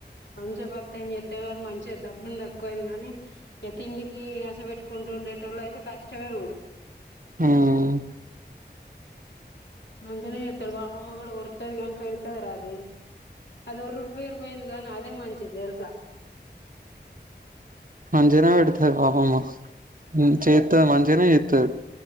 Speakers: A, on the left; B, on the right.
A: మంచి పతా నేను చేతా గాని మంచి దబ్బుంది తక్కువయింది గానీ ఇగ తిండికి నసబెట్టుకుంటు ఉండేటోలు అయితే కష్ ఇక్కడే ఉండు
B: హ్మ్
A: మంజనేయ వతారు బాపమ్మ కూడా ఊర్తాది గాని పెడ్తది రా అది అది ఓరురు పేరు పోయింది గాని అదే మంచిది తెల్సా
B: మంచిగనే పెడ్తది బాపమ్మ హ్మ్ చేతది మంచిగనే చేతది